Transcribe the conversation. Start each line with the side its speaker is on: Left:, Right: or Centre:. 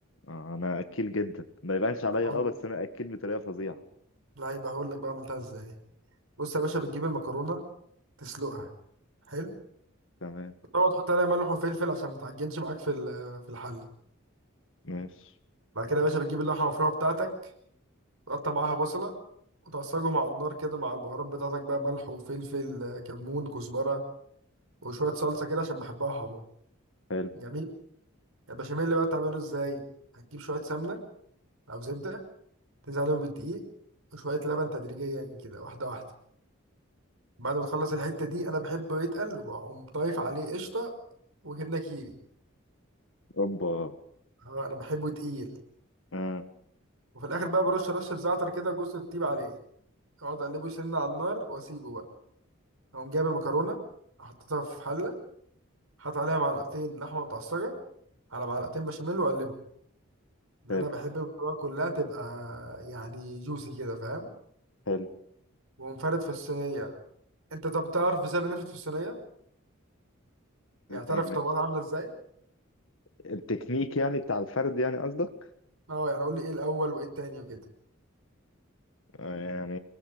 Left: آه انا اكيل جدا ما يبانش عليا
Right: هقول-
Left: اه بس انا اكيل بطريقه فظيعه
Right: لا يبقى هقول لك بقى عملتها ازاي بص يا باشا بتجيب المكرونه تسلقها حلو
Left: تمام
Right: طبعا تحط عليها ملح وفلفل عشان ما تعجنش معاك في ال- في الحله
Left: ماشي
Right: بعد كده يا باشا بتجيب اللحمه المفرومه بتاعتك تقطع معاها بصلة وتعصجهم على النار كده مع البهارات بتاعتك بقى ملح وفلفل آه، كمون كزبرة وشوية صلصة كده عشان بحبها حمرا
Left: حلو
Right: جميل البشاميل اللي بقى بتعمله ازاي هتجيب شوية سمنة أو زبدة تنزل عليهم بالدقيق وشوية لبن تدريجيا كده واحدة واحدة بعد ما تخلص الحتة دي أنا بحبه يتقل وبقوم طايف عليه قشطة وجبنة كيري
Left: اوبا
Right: اه أنا بحبه تقيل
Left: اه
Right: وفي الآخر بقى برش رشة زعتر كده وجوز الطيب عليه أقعد أقلبه سنة على النار وأسيبه بقى أقوم جايب المكرونة حطيتها في حلة حط عليها معلقتين لحمه متعصجه على معلقتين بشاميل وقلبهم لان
Left: حلو
Right: انا بحب المكرونه كلها تبقى يعني جوسي كده فاهم
Left: حلو
Right: ومنفرد في الصينيه انت طب تعرف ازاي بنفرد في الصينيه يعني تعرف
Left: يعني
Right: الطبقات عامله ازاي
Left: التكنيك يعني بتاع الفرد يعني قصدك
Right: اه يعني قول لي ايه الاول وايه التاني وكده
Left: آه، يعني